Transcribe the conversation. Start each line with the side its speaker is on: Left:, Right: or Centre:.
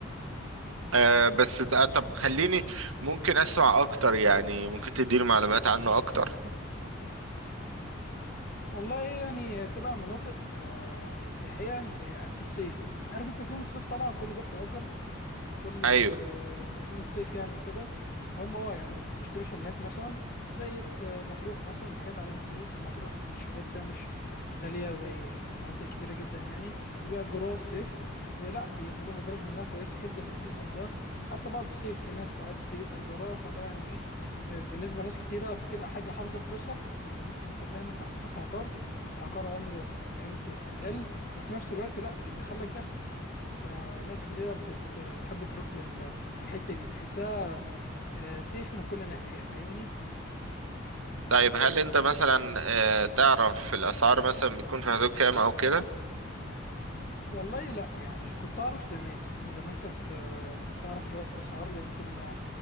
Right: آه بس ت- آه، طب خليني ممكن اسمع اكتر يعني ممكن تديني معلومات عنه اكتر
Left: والله يعني تبقى مناطق آه، سياحيه يعني في الصيف عارف انت سيزون الصيف طبعا الكل بيروح يأجر كل
Right: ايوه
Left: آه، عشان الصيف يعني وكده هم اه يعني بيشتروا شاليهات مثلا زي في آه، مطروح مثلا حاجات على قد ايد مطروح الشاليهات فيها مش غالية زي مناطق كتيرة جدا يعني وبيأجروها الصيف ولا بيعملوا مبالغ منها كويسة جدا السيزون ده حتى بعد الصيف في ناس ساعات بتيجي تأجرها فده يعني ايه آه، بالنسبة لناس كتيرة بتبقى حاجة حافظة فلوسها لأن أنت فاهم أنت حطيتها في عقار فالعقار عمره بقيمته هتقل وفي نفس الوقت لا بيدخلك دخل فناس كتيرة بت- بتحب تروح لل- للحتة دي تحسها آه، سيف من كل ناحية فاهمني
Right: طيب هل انت مثلا آه تعرف الاسعار مثلا بتكون في حدود كام او كده
Left: والله لا يعني كنت أعرف زمان لأن زمان كنت آه، كنت أعرف شوية أسعار لأن كنا